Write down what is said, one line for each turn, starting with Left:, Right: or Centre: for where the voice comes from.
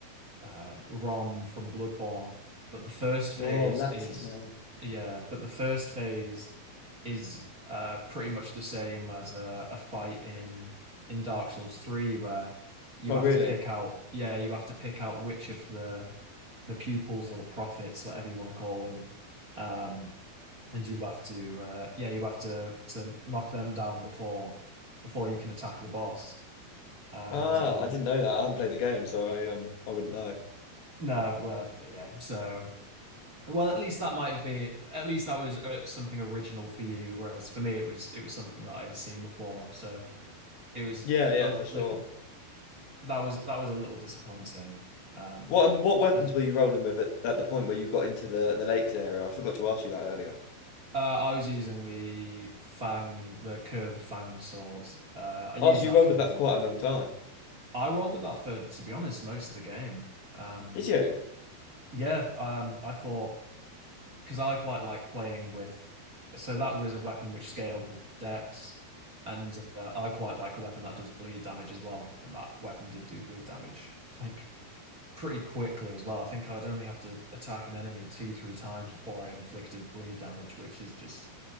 Right: uh, Rom from Bloodborne. But the first phase
Left: Rom, that
Right: is,
Left: was his name.
Right: yeah, but the first phase is uh, pretty much the same as a, a fight in in Dark Souls 3 where you
Left: Oh,
Right: have
Left: really?
Right: to pick out, yeah, you have to pick out which of the the pupils or the prophets, whatever you want to call them, um, and you have to, uh, yeah, you have to to knock them down before before you can attack the boss. And
Left: Ah,
Right: um,
Left: I didn't know that. I haven't played the game, so I um I wouldn't know.
Right: no, well, yeah, so. Well, at least that might have been at least that was uh, something original for you, whereas for me it was it was something that I had seen before, so it was
Left: Yeah, yeah,
Right: a
Left: for sure.
Right: little that was that was a little disappointing. Um,
Left: What um, what weapons
Right: and
Left: were you rolling with at, at the point where you got into the the lakes area? I forgot to ask you that earlier.
Right: uh, I was using the fang, the curved fang sword. Uh, I
Left: Oh,
Right: use
Left: so
Right: that
Left: you rolled
Right: through.
Left: with that for quite a long time.
Right: I rolled with that for, to be honest, most of the game. Um,
Left: Did you?
Right: yeah, um, I thought because I quite like playing with. So that was a weapon which scaled with dex, and uh, I quite like a weapon that does bleed damage as well. And that weapon did do bleed damage like pretty quickly as well. I think I'd only have to attack an enemy two, three times before I inflicted bleed damage, which is just